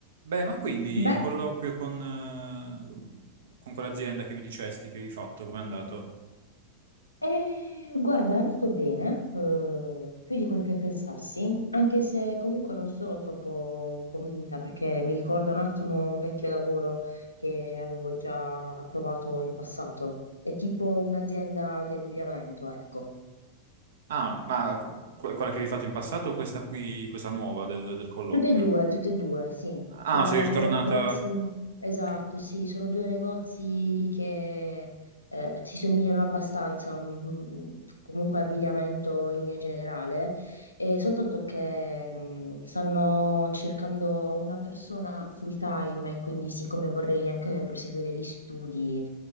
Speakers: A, on the right; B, on the left.
A: Beh, ma quindi
B: Beh,
A: il colloquio con, eh, con quell'azienda che mi dicesti che avevi fatto, com'è andato?
B: eh, guarda, è andato bene, eh, più di quel che pensassi, anche se comunque non sono troppo convinta perché mi ricorda un attimo un vecchio lavoro che avevo già provato in passato. È tipo un'azienda di abbigliamento, ecco.
A: Ah, ma que- quella che avevi fatto in passato o questa qui, questa nuova del, del colloquio?
B: Tutte e due, tutte e due, sì.
A: Ah,
B: Sono
A: sei ritornata.
B: due negozi, esatto,
A: Ok.
B: sì, sono due negozi che eh, si somigliano abbastanza, mm, mm, comunque abbigliamento in linea generale, e soltanto che mm, stanno cercando una persona full time e quindi siccome vorrei anche proseguire gli studi,